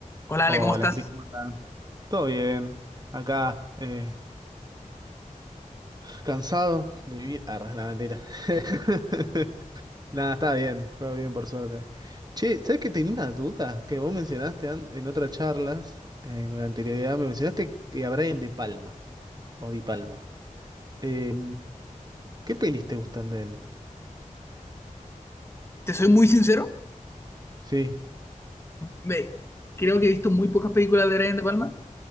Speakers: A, on the left; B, on the right.
A: Hola Ale,
B: Hola,
A: ¿cómo estás?
B: Cris, ¿cómo andás? Todo bien. Acá, eh, cansado de vivir. Ah, la mentira. <laughs> Nada, está bien, todo bien por suerte. Che, ¿sabes que tenía una duda? Que vos mencionaste an- en otras charlas, eh, con anterioridad, me mencionaste que a Brian De Palma, o Di Palma. Eh, ¿qué pelis te gustan de él?
A: Te soy muy sincero,
B: Sí,
A: me, creo que he visto muy pocas películas de Brian De Palma.